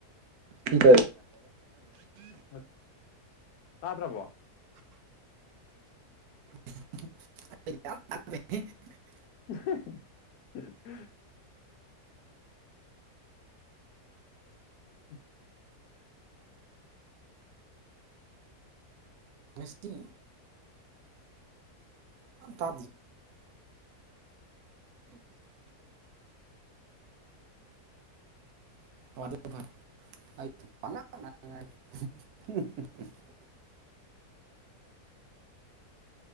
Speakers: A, on the right; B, on the left.
A: ꯀꯦ
B: ꯑ ꯇꯥꯗ꯭ꯔꯕꯣ
A: <unintelligible>
B: <unintelligible> ꯎ
A: ꯦꯁꯤ
B: <unintelligible>
A: ꯇ
B: <unintelligible>
A: ꯐ <unintelligible>
B: <inaudible>